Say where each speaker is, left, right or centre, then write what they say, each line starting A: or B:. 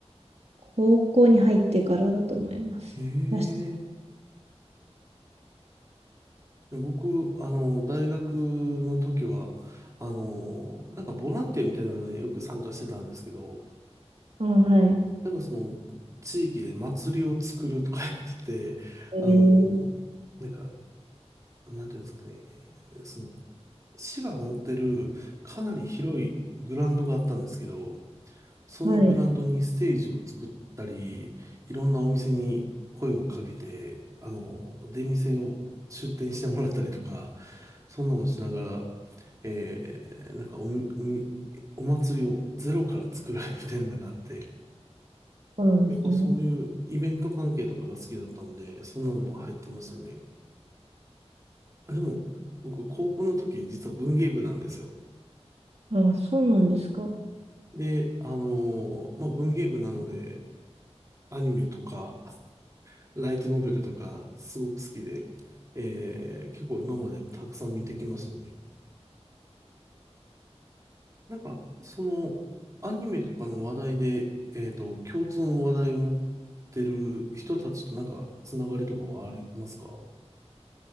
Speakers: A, on the right (about 65°); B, on the right (about 30°).
A: 高校に入ってからだと思います。
B: ええ
A: 確か
B: いや僕、あの、大学の時は、あの、なんかボランティアみたいなのによく参加してたんですけど、
A: あ、はい。
B: なんかその、地域で祭りを作るとか言ってて、
A: えー、
B: あの、なんか、なんていうんですかね、その市が持ってるかなり広いグラウンドがあったんですけど、そのグラウンドにステージを作ったり、
A: はい。
B: いろんなお店に声をかけて、あの、出店を出店してもらったりとか、そんなもしながら、えー、なんかおみ、おみ、お祭りをゼロから作る <laughs> みたいなのがあって、
A: そうなんですね。
B: 結構そういうイベント関係とかが好きだったんで、そんなのも入ってましたね。あでも、僕、高校の時、実は文芸部なんですよ。
A: あ、そうなんですか。
B: で、あのーまあ、文芸部なので、アニメとか、ライトノベルとか、すごく好きで、えー結構今までもたくさん見てきましたね。なんか、その、アニメとかの話題で、えっと、共通の話題を持ってる人たちとなんか、つながりとかはありますか